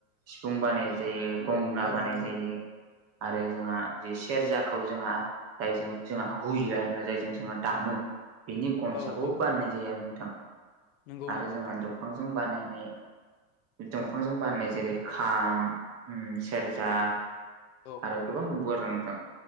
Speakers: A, on the right; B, on the left.
A: सिफुं बानाय जायो गंगना
B: औ
A: बानाय
B: नोंथां
A: जायो आरो जोंहा जे सेरजाखौ जोंहा जायजों जोंहा हुयो आरो ना जायजों जोंहा दामो। बिनि गनसाखौ
B: औ औ
A: बानायनाय जायो आरो नोंथां
B: नंगौ
A: आरो
B: नंगौ
A: जोंहा
B: नोंथां नंगौ
A: दंफांजों बानायनाय दंफांजों बानायनाय जेरै खाम सेरजा
B: औ
A: आरो
B: औ।
A: गोबां दंबावो आरोना नोंथां।